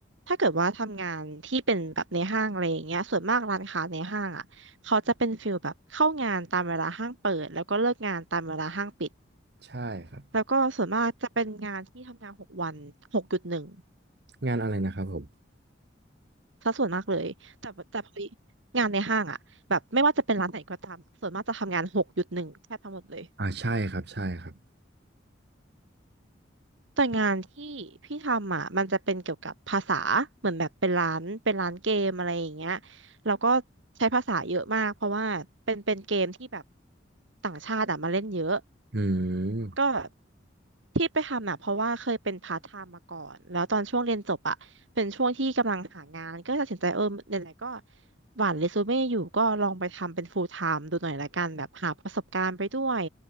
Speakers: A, on the right; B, on the right.
A: ถ้าเกิดว่าทำงานที่เป็นแบบในห้างอะไรอย่างเงี้ยส่วนมากร้านค้าในห้างอะ เขาจะเป็นฟิลแบบเข้างานตามเวลาห้างเปิดแล้วก็เลิกงานตามเวลาห้างปิด
B: ใช่ครับ
A: แล้วก็ส่วนมากจะเป็นงานที่ทำงานหกวันหกจุดหนึ่ง
B: งานอะไรนะครับผม
A: ซะส่วนมากเลยแต่แต่พอดีงานในห้างอะแบบไม่ว่าจะเป็นร้านไหนก็ตามอะส่วนมากจะทำงานหกจุดหนึ่งแทบทั้งหมดเลย
B: อ่าใช่ครับใช่ครับ
A: แต่งานที่พี่ทำอ่ะมันจะเป็นเกี่ยวกับภาษาเหมือนแบบเป็นร้านเป็นร้านเกมอะไรอย่างเงี้ยแล้วก็ใช้ภาษาเยอะมากเพราะว่าเป็นเป็นเกมที่แบบต่างชาติอะมาเล่นเยอะ
B: อืม
A: ก็ที่ไปทำอ่ะเพราะว่าเคยเป็นพาร์ทไทม์มาก่อนแล้วตอนช่วงเรียนจบอ่ะเป็นช่วงที่กำลังหางานก็ตัดสินใจเออไหนๆก็หว่านเรซูเม่อยู่ก็ลองไปทำเป็นฟูลไทม์ดูหน่อยละกันแบบหาประสบการณ์ไปด้วย